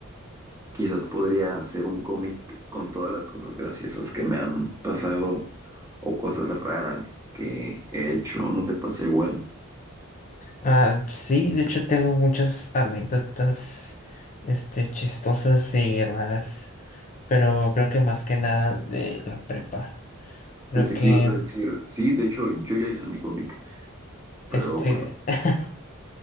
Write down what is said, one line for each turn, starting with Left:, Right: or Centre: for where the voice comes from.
Right: Quizás podría hacer un cómic con todas las cosas graciosas que me han pasado o cosas raras que he hecho. ¿No te pasa igual?
Left: Ah, sí, de hecho tengo muchas anécdotas, este, chistosas y raras, pero creo que más que nada de la prepa. Creo
Right: Pensé
Left: que,
Right: que ibas a decir, sí, de hecho yo ya hice mi cómic.
Left: este,
Right: Pero bueno.
Left: <laughs>